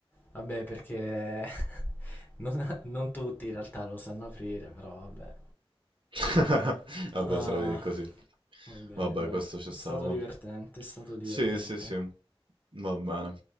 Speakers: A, on the left; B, on the right.
A: Vabbè, perché Non, non tutti in realtà lo sanno aprire, però vabbè.
B: <laughs> Vabbè,
A: Ah,
B: se la vedi così.
A: va bene,
B: Vabbè,
A: dai.
B: questo
A: È
B: ci stava.
A: stato divertente, è stato divertente.
B: Sì, sì, sì. Va bene.